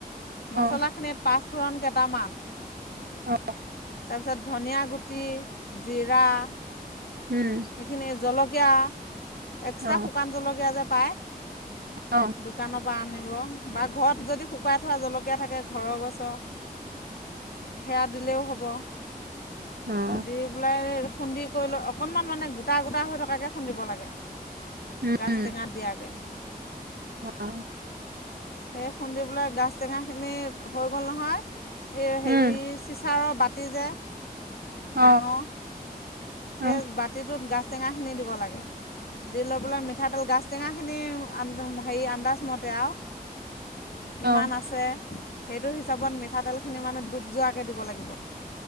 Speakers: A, on the left (about 75°); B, on the right (about 80°).
A: মছলাখিনিত
B: অ
A: পাঁচফোৰণ কেটামান,
B: অ
A: তাৰপিছত ধনিয়া গুটি, জিৰা,
B: উম
A: সেইখিনি জলকীয়া। এক্সট্ৰা
B: অ
A: শুকান জলকীয়া যে পায়
B: অ
A: দোকানৰ পৰা আনিব। বা ঘৰত যদি শুকুৱাই থোৱা জলকীয়া থাকে, ঘৰৰ গছৰ। সেয়া দিলেও হ'ব।
B: উম।
A: দি পেলাই খুন্দি কৰি লৈ অকনমান মানে গোটা গোটা হৈ থকাকে খুন্দিব লাগে।
B: উম
A: গাছ টেঙাত দিয়াকে।
B: অ'।
A: সেই খুন্দি পেলাই গাছ টেঙাখিনি হৈ গ'ল নহয় এই হেৰি
B: উম
A: চিচাৰৰ বাট তি যে
B: অ
A: ডাঙৰ। সেই
B: অ
A: বাতিটোত গাছ টেঙা খিনি দিব লাগে, দি লৈ পেলাই মিঠাতেল গাছ টেঙাখিনি আ হেৰি আন্দাজমতে আও। কিমান
B: অ অ
A: আছে, সেইটো হিচাপত মিঠাতেলখিনি মানে ডুব যোৱাকে দিব লাগিব।